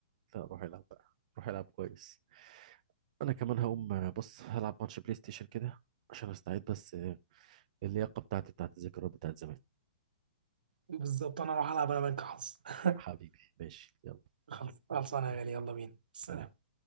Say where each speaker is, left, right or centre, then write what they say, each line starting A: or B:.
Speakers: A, on the right; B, on the right.
A: لا روح العب بقى روح العب كويس أنا كمان هقوم آه، بص هلعب ماتش بلاي ستيشن كده عشان أستعيد بس آه، اللياقة بتاعتي بتاعت الذكريات بتاعت زمان
B: بالظبط انا اروح العب انا بنك حظ <laughs>
A: حبيبي ماشي يلا
B: خلص- خلصانه يا غالي يلا بينا سلام
A: سلام